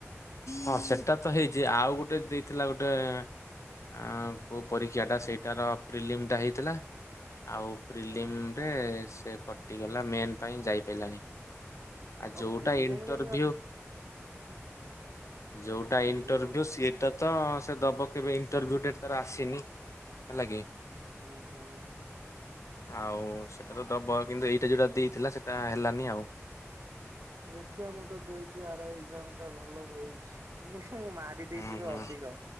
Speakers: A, on the left; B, on the right.
A: ହଁ ସେଟା ତ ହେଇଛି ଆଉ ଗୋଟେ ଦେଇଥିଲା ଗୋଟେ କେଉଁ ପରୀକ୍ଷାଟା ସେଇଟାର ପ୍ରିଲିମିଟା ହେଇଥିଲା ଆଉ ପ୍ରିଲିମିରେ
B: ଓହୋ
A: ସେ କଟିଗଲା ମେନ୍ ପାଇଁ ଯାଇପାଇଲାନି
B: ଓ
A: ଯୋଉଟା
B: ପ୍ରିଲିମରେ
A: ଇଣ୍ଟରଭିୟୁ ଯୋଉଟା
B: ପ୍ରିଲିମ
A: ଇଣ୍ଟରଭିୟୁ ସି ସେଟା ତ ସେ ଦବ କେବେ ଇଣ୍ଟରଭିୟୁ ତାର ଆସିନି ହେଲା କି
B: ଓହୋ
A: ଆଉ ସେଟା ତ ଦବ କିନ୍ତୁ ଏଇଟା ଯୋଉଟା ଦେଇଥିଲା ସେଇଟା ହେଲାନି ଆଉ
B: ଦେଖିିବା ମୁଁ ତ ଦେଇଛି ଆର୍ ଆଇ ଏକ୍ଜାମ୍ ଟା ଭଲ ହେଇଛି ମୁଁ ମାରି
A: ହୁଁ
B: ଦେଇଛି ବି
A: ହୁଁ
B: ଅଧିକ